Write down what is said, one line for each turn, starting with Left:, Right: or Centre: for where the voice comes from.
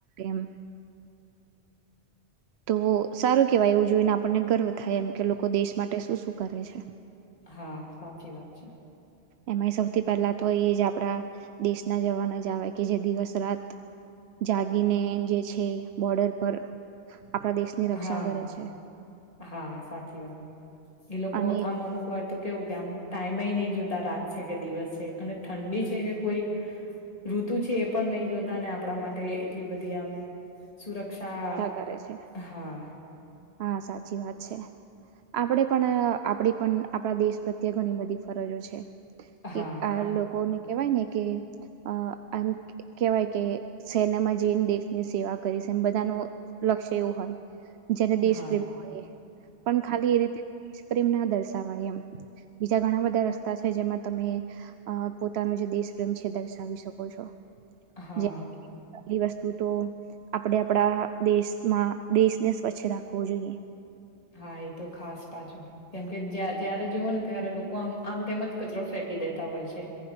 Right: એમ તો સારું કેવાય એવું જોઈને આપણને ગર્વ થાય એમ કે લોકો દેશ માટે શું શું કરે છે.
Left: હા સાચી વાત છે.
Right: એમાં સૌથી પહેલા તો એ જ આપણા દેશના જવાનો જ આવે કે જે દિવસ રાત જાગીને જે છે બોર્ડર પર આપણા દેશની રક્ષા
Left: હા
Right: કરે છે.
Left: હા સાચી વાત એ લોકો
Right: અને
Left: આમ અમુક વાર તો કેવું કે આમ ટાઈમે નહી જોતા રાત છે કે દિવસ છે અને ઠંડી છે કે કોઈ ઋતુ છે એ પણ નહીં જોતા અને આપણા માટે એટલી બધી આમ સુરક્ષા
Right: કરે છે
Left: હા
Right: હા સાચી વાત છે. આપણે પણ આપણી પણ આપણા દેશ પ્રત્યે ઘણી બધી ફરજો છે. કે
Left: હા
Right: આ
Left: હા
Right: લોકોને કેવાય ને કે અ આમ કેવાય કે સેનામાં જઈને દેશની સેવા કરી છે, એમ બધા ન લક્ષ્ય એવું હોય. જેને દેશ
Left: હા
Right: પ્રેમ હોય પણ ખાલી એ રીતે પ્રેમ ના દર્શાવાય એમ બીજા ઘણા બધા રસ્તા છે જેમાં તમે પોતાનો જે દેશ પ્રેમ છે દર્શાવી શકો છો.
Left: હા
Right: જે વસ્તુ તો આપણે આપણા દેશમાં દેશને પછી રાખવો જોઈએ.
Left: હા એ તો ખાસ પાછું કેમકે જ્યારે જુઓો ને ત્યારે લોકો આમ આમ તેમજ કચરો ફેંકી દેતા હોય છે.